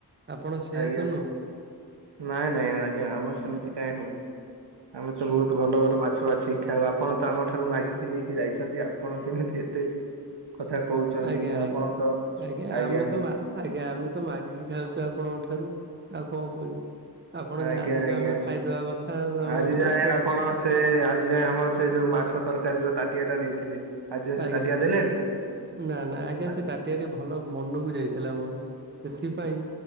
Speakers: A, on the right (about 30°); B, on the right (about 85°).
A: ଆପଣ ସେଇଆ
B: ଆଜ୍ଞା
A: ତ ନୁହଁ?
B: ନାଇଁ, ନାଇଁ ଆଜ୍ଞା। ଆମର ସେମିତି କାଇଁ ହବୁ। ଆମେ ତ
A: ହୁଁ
B: ବହୁତ
A: ହୁଁ
B: ଭଲ, ଭଲ ମାଛ ବାଛି ଖାଉ। ଆପଣ ଆମଠାରୁ ମାଗିକି ନେଇ କି ଯାଇଛନ୍ତି। ଆପଣ କେମିତି ଏତେ କଥା କହୁଛନ୍ତି।
A: ଆଜ୍ଞା ଆଜ୍ଞା।
B: ଆପଣ ତ ଆଜ୍ଞା
A: ଆମେ ତ ମା ଆଜ୍ଞା। ଆମେ ତ ମାଗିକି ଖାଉଚୁ ଆପଣଙ୍କ ଠାରୁ। ଆଉ କଣ କହିବୁ। ଆପଣ
B: ଆଜ୍ଞା
A: ଯାହା ଦେବେ
B: ଆଜ୍ଞା
A: ଆମେ ଖାଇଦବା କଥା ଆଉ। ଆମେ
B: ଆଜି
A: କଣ ଧରି
B: ଯାଏ
A: ପାରୁଚୁ।
B: ଆପଣ ସେ ଆଜି ଯାଏ ଆମର ସେ ଯୋଉ ମାଛ ତରକାରୀର ତାଟିଆ ଟା ନେଇଥିଲେ। ଆଜି ଯାଏ
A: ଆଜ୍ଞା।
B: ସେ ତାଟିଆ ଦେଲେଣି?
A: ନା, ନା ଆଜ୍ଞା
B: ଆଜି
A: ସେ ତାଟିଆଟି ଭ ଭଲ ମନକୁ ଯାଇଥିଲା ମୋର। ସେଥିପାଇଁ